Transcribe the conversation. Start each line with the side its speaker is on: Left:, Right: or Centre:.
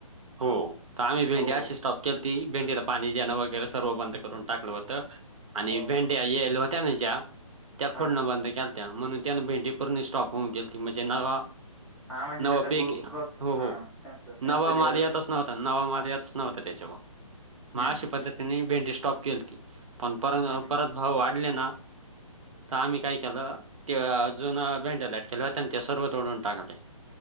Right: हो का आम्ही भेंडी
Centre: हो
Right: अशी
Centre: हो
Right: स्टॉप केलती भेंडीला पाणी देणं वगैरे सर्व बंद करून टाकलं होत आणि
Centre: हो
Right: भेंड्या यल होत्या ना ज्या! त्या
Centre: हां
Right: खोडणं बंद केलत्या म्हणून त्यानं भेंडी पूर्णी स्टॉप होऊन गेलीती म ज्यांना वा
Centre: हां म्हणजे
Right: नव
Centre: त्याचा
Right: पीके
Centre: ग्रो ग्रोथ
Right: हो
Centre: हां
Right: हो
Centre: त्यांचं त्यांचं
Right: नवा माल
Centre: डेव्हलप
Right: येतच नव्हता नवा माल येत नव्हता त्याच्यामूळ मग
Centre: हं
Right: अशी
Centre: हं
Right: पद्धतीनी
Centre: हं
Right: भेंडी स्टॉप केलती. पण पर न
Centre: हं हं
Right: परत भाव वाढले न त आम्ही काय केलं. ते अजून भेंड्या लटकेल होत्या न त्या सर्व तोडून टाकल्या.